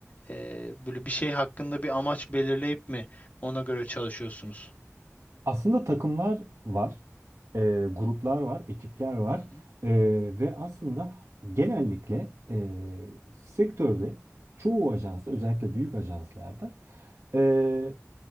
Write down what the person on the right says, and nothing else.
Aslında takımlar var, e, gruplar var, ekipler var
E, ve aslında genellikle e, sektörde çoğu ajansta özellikle büyük ajanslarda e,